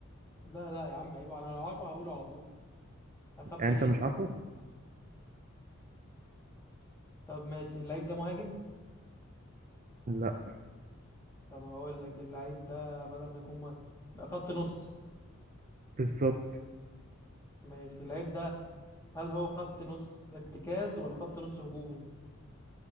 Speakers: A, on the left; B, on the right.
A: لا لا يا عم عيب انا لو عارفه هقوله على طول اخبي
B: يعني
A: ليه
B: أنت مش عارفه؟
A: طب ماشي اللعيب ده مهاجم
B: لا
A: طب هقول لك اللعيب ده بدل ما يكون مه- ما خط نص
B: بالظبط
A: ماشي اللعيب ده هل هو خط نص ارتكاز ولا خط نص هجومي